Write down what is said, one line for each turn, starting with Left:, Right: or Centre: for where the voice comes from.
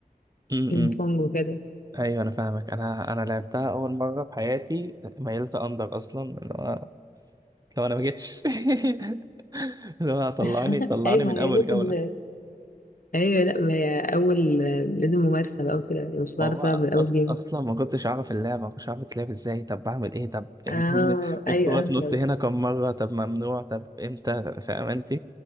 Right: م-م.
Left: بينج بونج وكده
Right: ايوه انا فاهمك انا انا لعبتها اول مره في حياتي ميلت اندر اصلا اللي هو لو انا ما جيتش <laughs> اللي هو طلعني
Left: <laughs>
Right: طلعني
Left: أيوة
Right: من
Left: ما هي
Right: اول
Left: لازم
Right: جوله
Left: أيوة لأ ما هي أول لازم ممارسة بقى وكده مش هتعرف
Right: ما هو
Left: تلعب من أول
Right: أص...
Left: جيم
Right: اصلا ما كنتش اعرف اللعبه ما كنتش اعرف تلعب ازاي طب بعمل ايه طب لازم
Left: اه
Right: الكره
Left: أيوة
Right: تنط
Left: أفلم
Right: هنا
Left: بقى
Right: كم مره طب ممنوع طب امتى فاهم انت